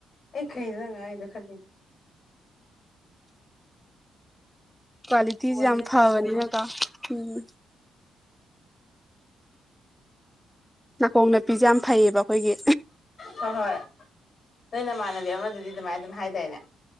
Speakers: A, on the left (about 45°); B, in the centre.
A: ꯑꯩ ꯈꯩꯗ ꯅꯪꯉ ꯑꯩꯗ ꯈꯜꯂꯤ
B: ꯀ꯭ꯋꯥꯂꯤꯇꯤꯤꯁꯦ
A: ꯐꯣꯟꯁꯦ
B: ꯌꯥꯝ ꯐꯕꯅꯤꯅꯀꯣ
A: ꯐꯖꯔꯦ
B: ꯎꯝ ꯅꯥꯀꯣꯡ ꯅꯥꯄꯤꯁꯦ ꯌꯥꯝ ꯐꯩꯌꯦꯕ ꯑꯩꯈꯣꯏꯒꯤ
A: ꯍꯣꯏ ꯍꯣꯏ ꯅꯣꯏ ꯅꯃꯥꯟꯅꯕꯤ ꯑꯃꯗꯨꯗꯤ ꯑꯗꯨꯃꯥꯏꯅ ꯑꯗꯨꯝ ꯍꯥꯏꯇꯥꯅꯦ